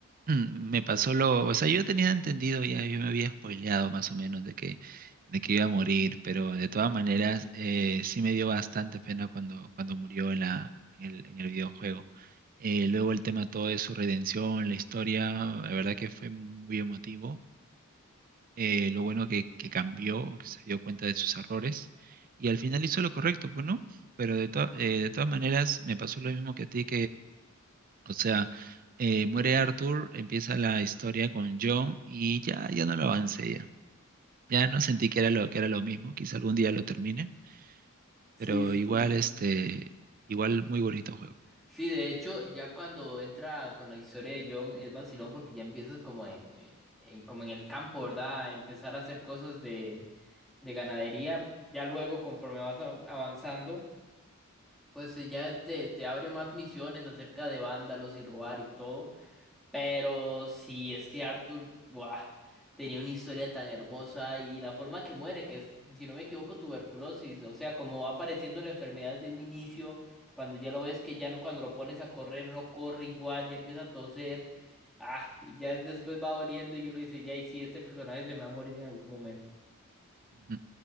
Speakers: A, on the right; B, in the centre.
A: Mm, Me pasó lo, o sea, yo tenía entendido ya, yo me había spoileado más o menos de que, de que iba a morir, pero de todas maneras eh, sí me dio bastante pena cuando, cuando murió en la, en el, en el videojuego. Eh, luego el tema todo de su redención, la historia, la verdad que fue muy emotivo. Eh, lo bueno que, que cambió, que se dio cuenta de sus errores y al final hizo lo correcto, pues no, pero de, to- eh, de todas maneras me pasó lo mismo que a ti, o sea, eh, muere Arthur, empieza la historia con John y ya, ya no lo avancé ya. Ya no sentí que era lo, que era lo mismo, quizá algún día lo termine,
B: Sí,
A: pero
B: sí,
A: igual
B: sí.
A: este, igual muy bonito juego.
B: Sí, de hecho, ya cuando entra con la historia de John es vacilón porque ya empiezas como en, eh, en- como en el campo, ¿verdad? Empezar a hacer cosas de, de ganadería. Ya luego, conforme vas a- avanzando, pues eh, ya te, te abre más misiones acerca de vándalos y robar y todo. Pero sí, es que Arthur, ¡buah! tenía una historia tan hermosa y la forma que muere, que es, si no me equivoco, tuberculosis, o sea, como va apareciendo la enfermedad de un inicio, cuando ya lo ves que ya no, cuando lo pones a correr no corre igual, ya empieza a toser, ah, y ya después va doliendo y uno dice, ya, y sí, este personaje se me va a morir en algún momento.
A: Ujú.